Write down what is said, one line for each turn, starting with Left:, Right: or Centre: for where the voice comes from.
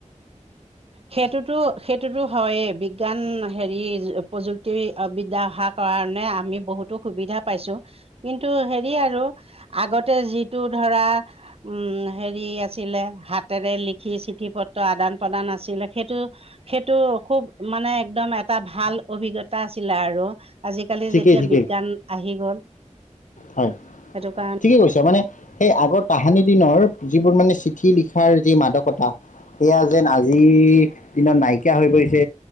Right: সেইটোতো সেইটোতো হয়েই বিজ্ঞান হেৰি প্ৰযুক্তি বিদ্যাশাক- কাৰণে আমি বহুতো সুবিধা পাইছো। কিন্তু হেৰি আৰু আগতে যিটো ধৰা- উম' হেৰি আছিলে হাতেৰে লিখি চিঠি পত্ৰ আদান প্ৰদান আছ- ছিলে, সেইটো- সেইটো খুব মানে একদম এটা ভাল অভিজ্ঞতা আছিলে আৰু। আজিকালি
Left: ঠিকেই
Right: যেতিয়া
Left: ঠিকেই
Right: বিজ্ঞান আহি গ'ল।
Left: হয়।
Right: সেইটো কাৰণে
Left: ঠিকেই কৈছা মানে সেই আগৰ তাহানি দিনৰ যিবোৰ মানে চিঠি লিখাৰ যি মাদকতা- সেয়া যেন আজি- দিনত নাইকিয়া হৈ পৰিছে।